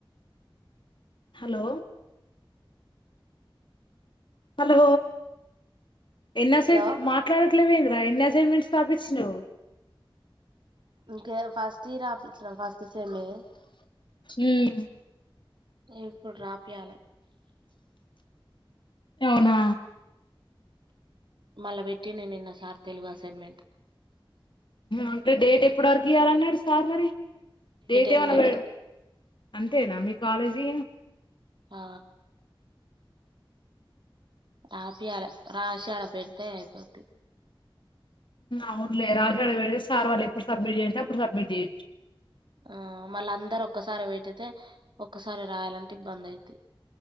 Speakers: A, on the left; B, on the right.
A: హలో హలో ఎన్ అసైన్
B: హలో
A: మాట్లాడట్లేవెందిరా ఎన్ అసైన్ ట్స్ రాపిచినవ్
B: ఇంకా ఫస్టీయి రాపించిన ఫస్ట్ సెమ్ముయి
A: ఉమ్
B: ఇప్పుడు రాపియాలె
A: అవునా
B: మళ్ళ పెట్టిండే నిన్న సార్ తెలుగు అసైన్మెంట్
A: అంటే డేట్ ఎప్పుటి వరకు ఇయ్యాలన్నాడు సార్ మరి డేట్
B: ఏం
A: ఏమన్న
B: పెట్లే
A: వెట్ అంతేనా మీ కాలేజీ
B: ఆ రాపియాలే రాశి ఆడ పెడితే అయిపోతది
A: అవునులే రాశి ఆడ వేటేసి సార్ వాళ్ళు ఎప్పుడు సబ్మిట్ చేసే అప్పుడు సబ్మిట్ చేయొచ్చు
B: ఆ మళ్ళ అందరు ఒక్కసారి పెట్టితే ఒక్కసారే రాయాలంటే ఇబ్బంది అయిద్దీ